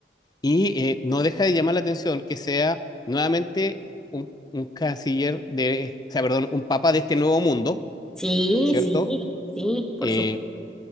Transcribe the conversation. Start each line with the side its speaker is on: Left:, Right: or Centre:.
Left: y eh, no deja de llamar la atención que sea nuevamente un, un canciller de, o sea, perdón, un papa de este nuevo mundo,
Centre: Sí,
Left: ¿cierto?
Centre: sí, sí, por
Left: Eh,
Centre: supuesto.